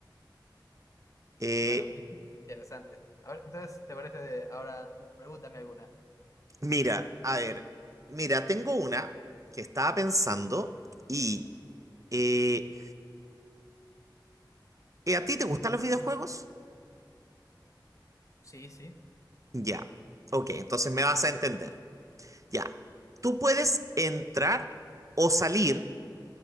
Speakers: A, on the right (about 45°); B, on the left (about 40°).
A: Eh,
B: Bueno, in- <laughs> interesante. A ver, entonces, ¿te parece ahora tú pregúntame alguna?
A: mira, a ver. Mira, tengo una que estaba pensando y... eh, eh, ¿a ti te gustan los videojuegos?
B: Sí, sí.
A: Ya. Ok, entonces me vas a entender. Ya, tú puedes entrar o salir